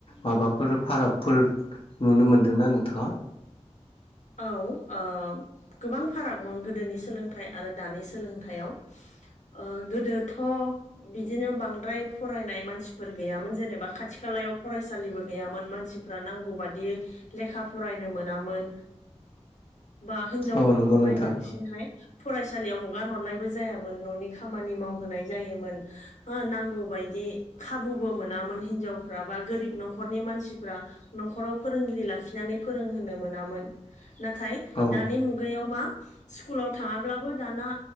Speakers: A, on the left; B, on the left.
A: माबाफोर फारागफोर नुनो मोन्दोंना नोंथाङा
B: औ ओ गोबां फाराग दं गोदोनि सोलोंथाइ आरो दानि सोलोंथायाइयाव ओ गोदोथ' बिदिनो बांद्राय फरायनाय मानसिफोर गैयामोन जेनेबा खाथि खाला याव फरायसालिबो गैयामोन मानसिफ्रा नांगौ बादियै लेखा फरायनो मोनामोन। बा हिनजावफोरखौहाय
A: औ नंगौ नोंथां
B: बांसिनहाय फरायसालियाव हगार हरनायबो जायामोन न'नि खामानि मावहोनाय जायोमोन हो नांगौ बायदि खाबु बो मोना मोन हिन्जावफ्रा बा गोरिब नखरनि मानसिफ्रा नख'राव फोरोंगिरि लाकि खिनानै फोरोंहोनो मोनामोन नाथाय
A: औ
B: दानि मुगायाव मा स्कुलाव थाङाब्लाबो दाना